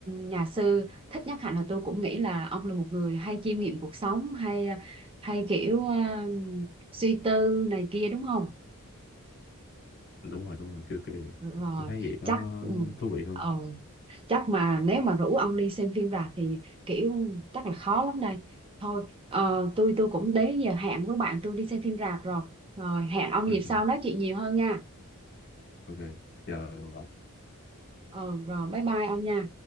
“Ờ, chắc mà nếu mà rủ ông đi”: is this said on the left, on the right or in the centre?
Right